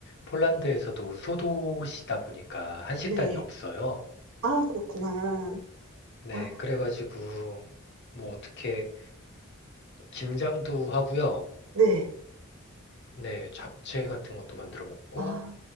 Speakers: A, on the left; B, on the right.
A: 폴란드에서도 소도시다 보니까 한식당이
B: 네.
A: 없어요.
B: 아 그렇구나.
A: 네,
B: 아
A: 그래가지고 뭐 어떻게 김장도 하고요.
B: 네. 네.
A: 네, 잡채 같은 것도 만들어 먹고,
B: 아